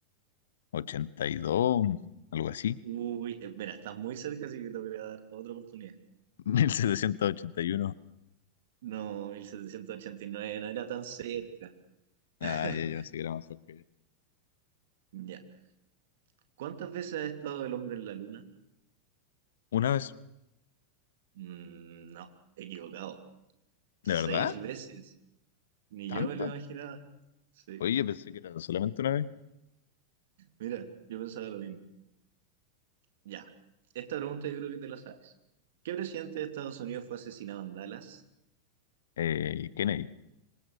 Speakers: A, on the left; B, on the right.
A: ochenta y dos, algo así,
B: Uy, eh, mira, estás muy cerca, así que te voy a dar otra oportunidad.
A: <laughs> 1781.
B: No, 1789. no era tan cerca.
A: Ah,
B: <laughs>
A: ya, ya pensé que era más cerca que yo.
B: Ya. ¿Cuántas veces ha estado el hombre en la luna?
A: Una vez,
B: Mm, no, equivocado. Seis
A: ¿de verdad?
B: veces. Ni
A: ¿Tanta?
B: yo me lo imaginaba. Sí,
A: Oye, yo pensé que era solamente una vez.
B: mira, yo pensaba lo mismo. Ya, esta pregunta yo creo que te la sabes. ¿Qué presidente de Estados Unidos fue asesinado en Dallas?
A: Eh, Kennedy,